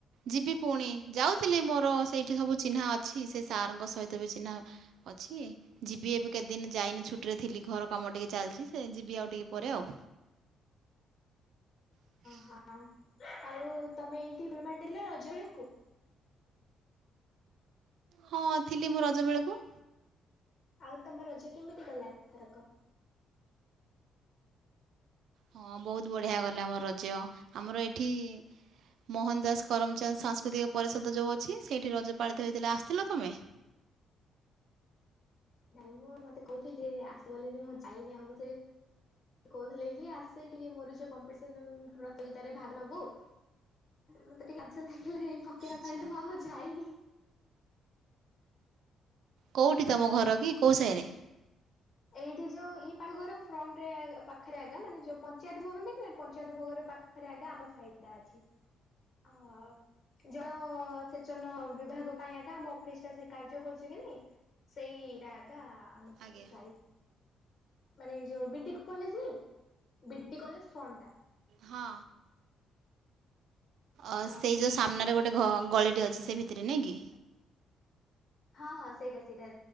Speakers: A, on the right; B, on the left.
A: ଯିବି ପୁଣି ଯାଉଥିଲି ମୋର ସେଇଠି ସବୁ ଚିହ୍ନା ଅଛି ସେ ସାରଙ୍କ ସହିତ ବି ଚିହ୍ନା। ଅଛି ଯିବି ଏବେ କେତଦିନ ଯାଇନି ଛୁଟିରେ ଥିଲି ଘର କାମ ଟିକେ ଚାଲଚି ସେ ଯିବି ଆଉ ଟିକେ ପରେ ଆଉ। ହ
B: ହଁ ଆଉ ତମେ ଏଇଠି ବି ବାଣ୍ଡିଲ ରଜ ବେଳକୁ।
A: ହଁ ଥିଲି ମୁଁ ରଜ ବେଳକୁ।
B: ଆଉ ତମ ରଜ କେମିତି ଗଲା ଏଥରକ?
A: ହଁ ବୋହୁତ ବଢ଼ିଆ ଗଲା ମୋ ରଜ ଆମର ଏଠି ମୋହନ ଦାସ କରମଚନ୍ଦ ସାଂସ୍କୃତିକ ପରିଷଦ ଯୋଉ ଅଛି ସେଇଠି ରଜପାଳିତ ହେଇଥିଲେ ଆସିଥିଲ ତମେ?
B: ନାଇଁ ମୁଁ ମତେ କୋହୁଥୁଲେ ଆସ ବୋଲି ବି ମୁଁ ଯାଇନି ଆଉ ମୁଁ ସେଠି ସେ କହୁଥିଲେ କି ଆସ ଟିକେ ମୋର ଯୋଉ କମ୍ପିଡସନ ପ୍ରତିଯୋଗିତାରେ ଭାଗ ନବୁ ମତେ ଟିକେ ଲାଜ ଲାଗିଲାଣି ପକେଇବା
A: ଆଚ୍ଛା
B: ପାଇଁ ତ ମୁଁ ଆଉ ଯାଇନି।
A: କୋଉଠି ତମ ଘର କି କୋଉ ସାହିରେ?
B: ଏଇଠି ଯୋଉ ଇ <unintelligible> ଘର ଫ୍ରଣ୍ଟ ରେ ପାଖରେ ଆଗା ମାନେ ଯୋଉ ପଞ୍ଚାୟତ ଭବନ ଦେଖ ନା ପଞ୍ଚାୟତ ଭବନ ପାଖ ରେ ଆଗା ଆମ ସାହି ଟା ଅଛି ଅ ଜଳ ସେଚନ ବିଭାଗ ପାଇଁ ହେକା ଆମ ଅଫିସ ଟା ସେ କାର୍ଯ୍ୟ କରୁଛି କି ନାଇଁ ସେଇଟାଗା ଆମ
A: ଆଜ୍ଞା
B: ସାହି ମାନେ ଏଇ ଯୋଉ ବିଡି କଲେଜ ନାଇ ବିଡି କଲେଜ ଫ୍ରଣ୍ଟ ଟା
A: ହଁ ଅ
B: ହଁ
A: ସେଇ
B: ହଁ
A: ଯୋଉ ସାମ୍ନାରେ ଗୋଟେ ଗୋଟେ ଘ ଗଳିଟେ ଅଛି ସେ ଭିତରେ ନାଇଁ କି
B: ହଁ ହଁ ସେଇଟା ସେଇଟା